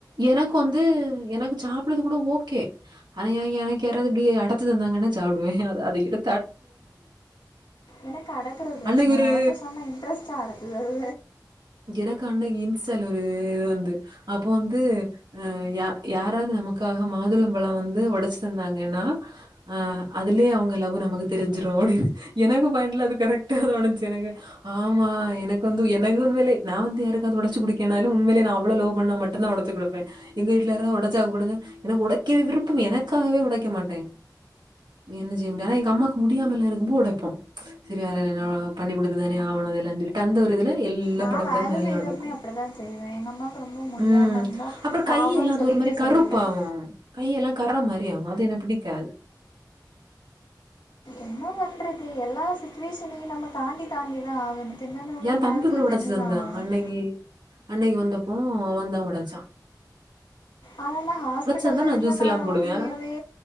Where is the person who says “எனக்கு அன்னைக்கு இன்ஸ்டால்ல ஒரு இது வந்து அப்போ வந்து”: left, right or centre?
Right